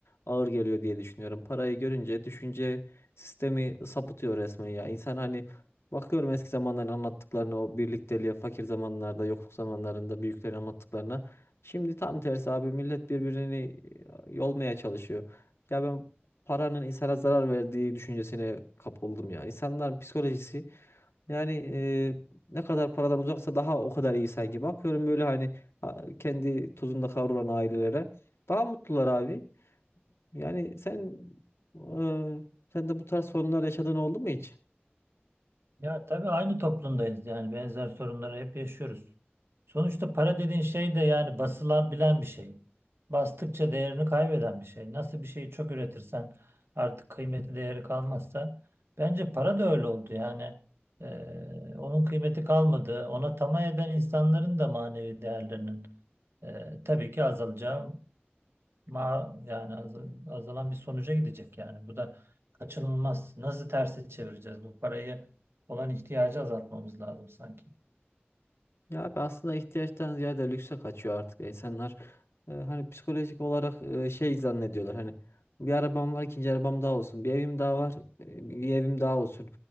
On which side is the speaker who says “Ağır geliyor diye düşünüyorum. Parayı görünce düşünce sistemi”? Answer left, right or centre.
Left